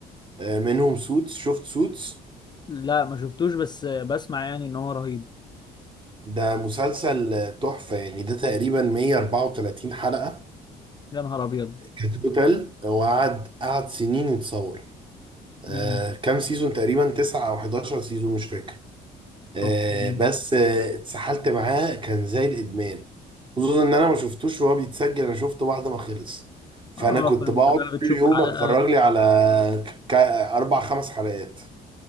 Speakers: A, on the right; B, on the left.
A: آه، منهم سوتس شفت سوتس
B: لا ما شفتوش بس بسمع يعني ان هو رهيب
A: ده مسلسل آه، تحفة يعني ده تقريبا 134 حلقة
B: يا نهار ابيض
A: كتوتال وقعد قعد سنين يتصور آه
B: مم.
A: كام سيزون تقريبا 9 أو 11 سيزون مش فاكر آه
B: اوكي
A: بس آه، اتسحلت معاه كان زي الإدمان خصوصا إن أنا ما شفتوش وهو بيتسجل أنا شفته بعد ما خلص فأنا
B: اه
A: كنت
B: فانت
A: بقعد
B: بقى بتشوف
A: كل يوم
B: حلقة
A: أتفرج لي على ك- أربع خمس حلقات